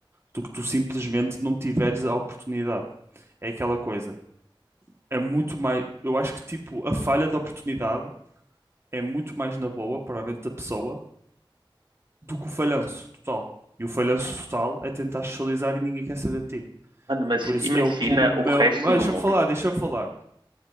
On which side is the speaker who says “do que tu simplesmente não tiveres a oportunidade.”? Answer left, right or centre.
Right